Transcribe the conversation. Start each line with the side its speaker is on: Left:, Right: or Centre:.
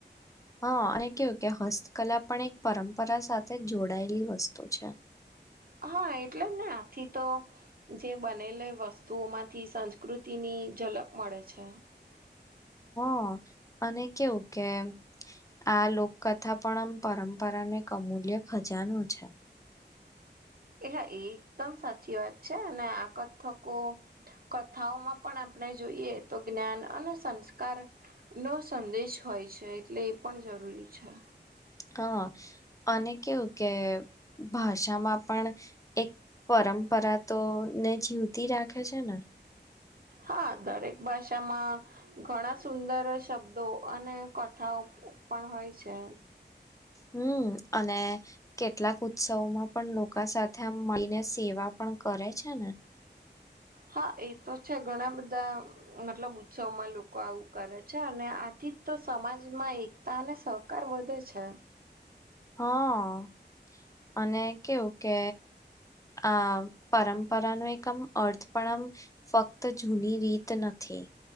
Left: હા અને કેવું કે હસ્તકલા પણ એક પરંપરા સાથે જોડાયેલી વસ્તુ છે.
Right: હા એટલે જ ને આથી તો જે બનેલી વસ્તુઓમાંથી સંસ્કૃતિની. ઝલપ મળે છે. હ <unintelligible>
Left: હા અને કેવું કે આ લોકકથા પણ આમ પરંપરા ને કમ. મૂલ્ય ખજાનો છે.
Right: એ હા એકદમ સાચી વાત છે અને આ કથકો કથાઓમાં પણ આપણે જોઈએ તો જ્ઞાન અને સંસ્કાર નો સંદેશ હો હોય છે એટલે એ પણ જરૂરી છે
Left: હા અને કેવું કે ભાષામાં પણ એક પરંપરા તો ને જીવતી રાખે છે ને
Right: હા દરેક ભાષામાં ઘણા સુંદર શબ્દો અને કથાઓ પણ હોય છે
Left: હમ અને કેટલાક ઉત્સવોમાં પણ લોકા સાથે મળીને સેવા પણ કરે છે ને
Right: હા એ તો છે ઘણા બધા મતલબ ઉત્સવમાં લોકો આવું કરે છે અને આથી જ તો સમાજમાં એકતા અને સહકાર વધે છે
Left: હા અને કેવું કે આ પરંપરા પરપરા ન એક આમ અર્થ પણ આમ ફક્ત જૂની રીત નથી